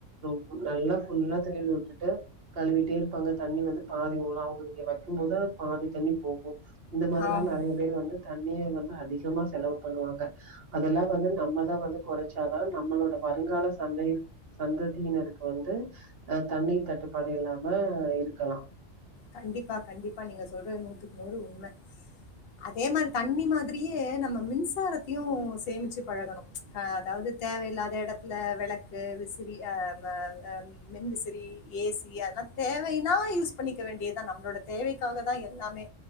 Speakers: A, on the right; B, on the left.
A: ரொம்ப நல்லா ஃபுல்லா திருவி விட்டுட்டு கழுவிட்டே இருப்பாங்க தண்ணி வந்து பாதி ஒன அவங்க இங்க வைக்கு போது பாதி தண்ணி போகு இந்த மாரில்லா
B: ஆமா
A: நெறய பேர் வந்து தண்ணிய வந்து அதிகமா செலவு பண்ணுவாங்க அதெல்லா வந்து நம்ம நம்ம வந்து கொறைச்சாதா நம்மளோட வருங்கால சந்தை சந்ததியினருக்கு வந்து அ தண்ணி தட்டுப்பாடு இல்லாம இருக்கலா
B: கண்டிப்பா கண்டிப்பா நீங்க சொல்றது நூத்துக்கு நூறு உண்ம அதே மாரி தண்ணி மாதிரியே நம்ம மின்சாரத்தையு சேமிச்சு பழகணு ஆ அதாவது தேவையில்லாத எடத்துல வெளக்கு விசிறி அ அ அ மின்மிசிறி ஏ சி அதல்லா தேவைன்னா யூஸ் பண்ணிக் இருக்க வேண்டியதா நம்மளோட தேவைக்காக தா எல்லாமே